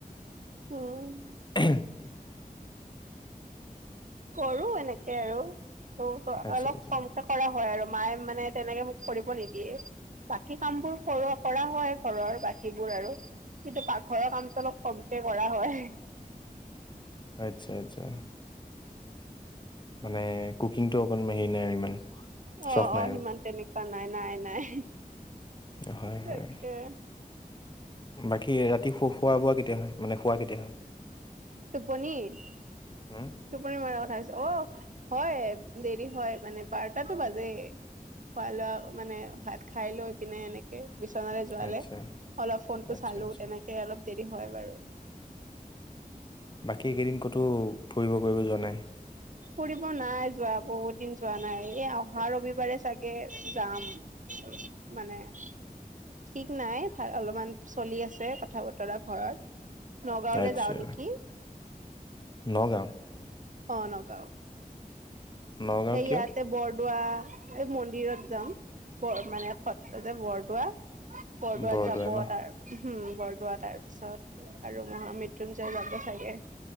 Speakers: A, on the right; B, on the left.
A: উম,
B: উ,
A: কৰো এনেকে আৰু, ত
B: আচ্ছা
A: অলপ
B: আচ্ছা
A: কম কৰা হয় আৰু মায়ে মানে, তেনেকে মোক কৰিব নিদিয়ে বাকী, কামবোৰ কৰ কৰা হয় ঘৰৰ বাকীবোৰ আৰু কিন্তু পাকঘৰৰ কামটো অলপ কমকে কৰা হয়
B: আচ্চ্ছা, আচ্ছা, মানে কুকিংটো অকণমান হেৰি নাই আৰু ইমান
A: অ',
B: চখ নাই আৰু
A: সিমান তেনেকুৱা নাই নাই নাই
B: হয়
A: তাকে
B: হয়। বাকী ৰাতি খোৱা বোৱা কেতিয়া হয় মানে খোৱা কেতিয়া হয়?
A: তটো পনীৰ তটোমনি
B: হুম?
A: মৰা কথাছ অ', হয় দেৰি হয় মানে বাৰটাতটো বাজে খোৱা লোৱা মানে, ভাত খাই লৈ পিনে এনেকে বিচন যোৱালে
B: আচ্ছা
A: অলপ ফোনটো
B: আচ্ছা
A: চালো
B: আচ্ছা
A: তেনেকে অলপ দেৰি হয় বাৰু
B: বাকীকেইদিন ক'তো ফুৰিব কৰিব যোৱা নাই
A: ফুৰিব নাই যোৱা বহুত দিন যোৱা নাই, এই অহা ৰবিবাৰে চাগে যাম মানে, ঠিক নাই, ভাল অলপমান চলি আছে কথা বতৰা ঘৰত নগাঁওলৈ
B: আচ্ছা,
A: যাওঁ নেকি
B: নগাঁও
A: অ ', নগাঁও
B: নগাঁও
A: সেইয়াতে
B: কিয়
A: বৰদোৱা এই মন্দিৰত যাম, ব মানে সত্ৰ যে বৰদোৱা বৰদোৱাত
B: বৰদোৱা
A: যাব
B: ন
A: তাৰ উম বৰদোৱা তাৰপিছত আৰু মই মৃত্যঞ্জয় যাব চাগে